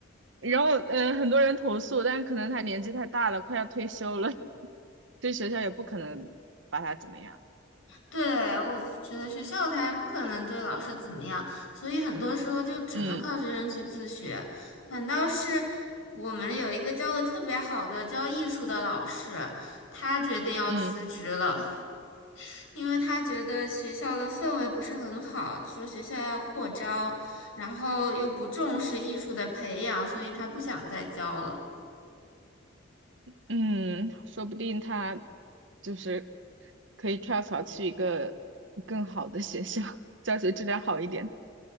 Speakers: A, on the right (about 65°); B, on the left (about 85°).
A: 然后嗯、呃很多人投诉，但是可能他年纪太大了，快要退休了，对学校也不可能把他怎么样，
B: 对，我觉得学校他还不可能对老师怎么样，所以很多时候就只能靠学生去自学。
A: 嗯
B: 反倒是我们有一个教的特别好的教艺术的老师，他决定要辞职了。
A: 嗯
B: 因为他觉得学校的氛围不是很好，说学校要扩招，然后又不重视艺术的培养，所以他不想再教了。
A: 嗯，说不定他就是可以跳槽去一个更好的学校，教学质量好一点的